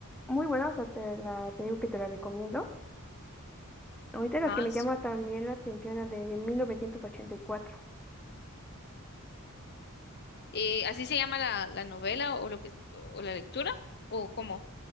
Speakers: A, in the centre; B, on the left (about 50°).
A: muy buena, o sea, te la, te digo que te la recomiendo. Ahorita la
B: Ah,
A: que me
B: su-
A: llama también la atención, la de 1984.
B: eh, ¿así se llama la, la novela o lo que o la lectura? ¿O cómo?